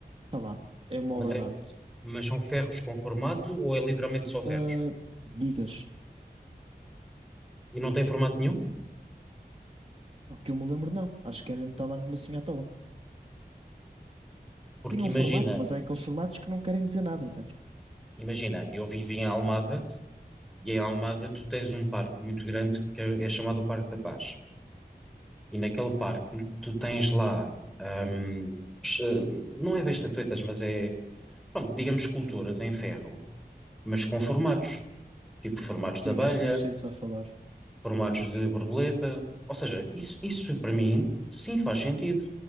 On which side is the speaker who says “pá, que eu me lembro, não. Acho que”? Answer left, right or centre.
Right